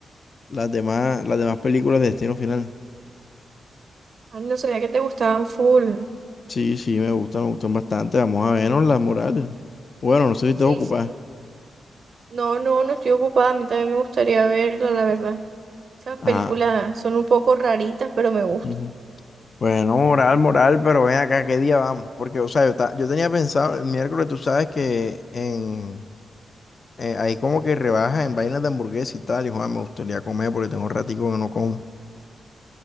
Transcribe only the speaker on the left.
las demás, las demás películas de destino final.
Sí, sí, me gustan, me gustan bastante. Vamos a vernos las morales. Bueno, no sé si
te vas a ocupar.
Ah,
ujú. Bueno, moral, moral, pero ven acá, ¿qué día vamos? Porque, o sea, yo, ta- yo tenía pensado el miércoles, tú sabes que en eh, hay como que rebajas en vainas de hamburguesa y tal, y Juan, me gustaría comer porque tengo un ratico que no como.